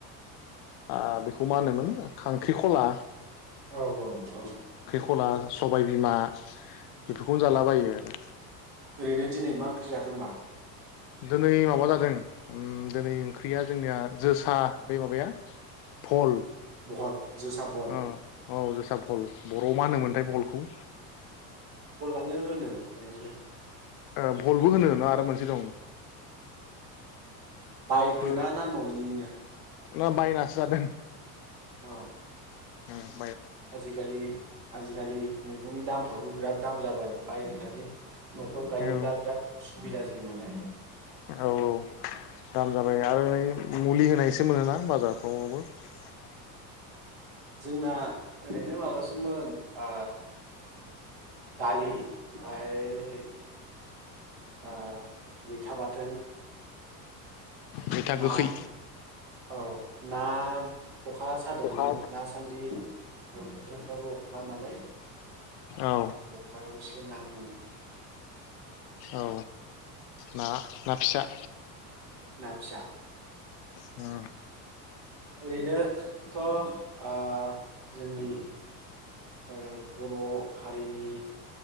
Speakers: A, on the left; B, on the right.
A: आ बेखौ मा होनोमोन खांख्रिखला
B: औ औ औ
A: ख'ला सबाय बिमा बेफोरखौनो जालाबायो आरो
B: ओरैनो दिनै मा ओंख्रि जाखो ओमबा?
A: दोनै माबा जादों उम दोनै ओंख्रिया जोंनिया जोसा बे माबाया भल
B: बहल जोसा बहल
A: ओ औ जोसा भल बर'आव मा होनोमोनथाय भलखौ?
B: आनो होनो ओरैनो
A: ओ भलबो होनो आरो मोनसे दं
B: बायखोना
A: फो
B: ना न'निनो?
A: ना बायनासो जादों
B: अ
A: उम
B: आजिखालि आजिखालि मैगंनि दामफ्राबो बिराद दाम जाबाय बायनानै न'फ्राव गायोब्ला
A: औ
B: बिराद सुबिदा जायो माने
A: औ औ दाम जाबाय आरो मुलि होनायसो मोनोना बाजार <unintelligible>
B: जोंना ओरैनो माबासोमोन आ दालि ओमफाय आ मैथा बाथोन
A: मैथा
B: ओमफाय ना
A: गोखै
B: औ ना खखा सादोंमोन
A: खखा
B: दासान्दि बोथोरफ्राबो अखा नालाय
A: औ
B: अखायावस से ना मोनदोंमोन
A: औ ना ना फिसा
B: ना फिसा
A: अह
B: ओरैनो थ' ओ जोंनि ओ बर' ओ हारिनि